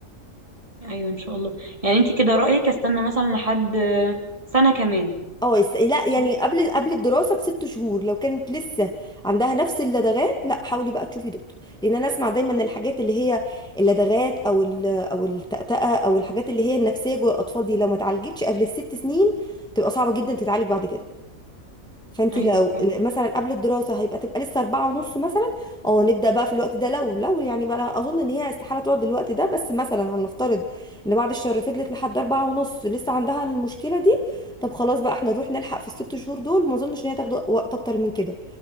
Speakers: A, on the right; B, in the centre.
A: ايوه ان شاء الله يعني انت كده رايك استنى مثلا لحد سنه كمان
B: اه يس- لا يعني
A: صح
B: قبل قبل الدراسه بست شهور لو كانت لسه عندها نفس اللدغات لا حاولي بقى تشوفي دكتور لان انا اسمع دايما ان الحاجات اللي هي اللدغات او ال- او التأتأة او الحاجات اللي هي النفسيه جوه الاطفال دي لو ما اتعالجتش قبل الست سنين تبقى صعبه جدا تتعالج بعد كده فانت
A: ايوه
B: لو
A: فعلا
B: مثلا قبل الدراسه هيبقى تبقى لسه أربعة ونص مثلا اه نبدا بقى في الوقت ده لو لو يعني بقى أنا اظن ان هي استحاله تقعد الوقت ده بس مثلا هنفترض ان بعد الشهر فضلت لحد أربعة ونص لسه عندها المشكله دي طب خلاص بقى احنا نروح نلحق في الست شهور دول ما اظنش ان هي تاخد وقت اكتر من كده